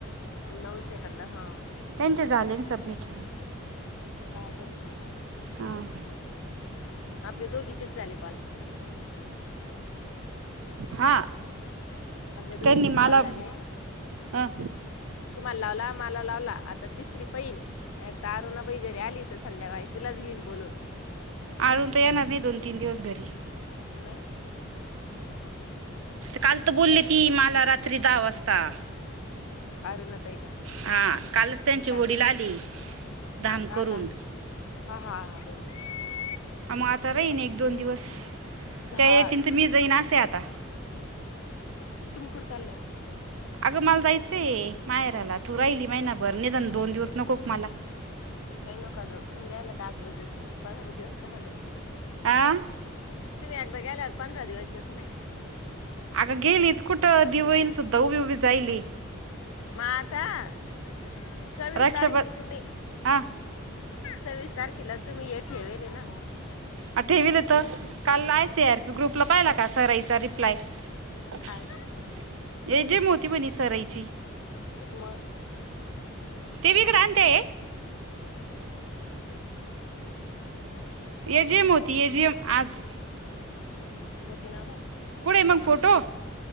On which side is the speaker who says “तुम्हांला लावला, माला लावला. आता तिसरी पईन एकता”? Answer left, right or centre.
Left